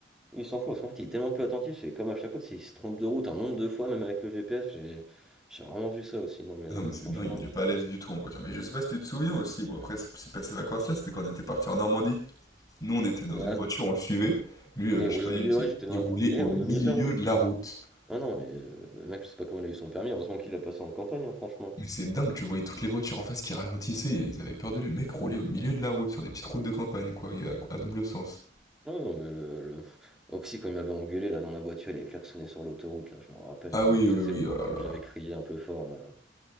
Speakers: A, in the centre; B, on the left.
A: il s'en fout. Parce qu'en fait, il est tellement peu attentif, c'est comme à chaque fois, s'il se trompe de route un nombre de fois, même avec le GPS, j'ai j'ai rarement vu ça aussi. Non, mais
B: Non
A: euh,
B: mais c'est
A: franchement.
B: dingue, il est pas à l'aise du tout en voiture. Mais je sais pas si tu te souviens aussi, bon après c'est c'est pas ces vacances-là, c'était quand on était parti en Normandie. Nous on était dans
A: euh,
B: une voiture,
A: ouais.
B: on le suivait, lui euh,
A: Mais il
B: je
A: roulait
B: sais pas
A: au
B: il
A: milieu,
B: y avait qui,
A: ouais, j'étais dans.
B: il roulait
A: la- Eh,
B: au
A: il roulait
B: milieu
A: au milieu de la route.
B: de la route.
A: Ah non, mais euh, le mec, je sais pas comment il a eu son permis. Heureusement qu'il l'a passé en campagne, hein, franchement.
B: Mais c'est dingue, tu voyais toutes les voitures en face qui ralentissaient, ils avaient peur de lui, le mec roulait au milieu de la route, sur des petites routes de campagne, quoi, et à, à double sens.
A: Ah ouais, non, mais le, le... <laughs> Oxy, quand il m'avait engueulé là dans la voiture, il avait klaxonné sur l'autoroute, là, je m'en rappelle.
B: Ah oui, oui,
A: Parce que c'est
B: oui,
A: parce
B: oh là là.
A: que j'avais crié un peu fort là.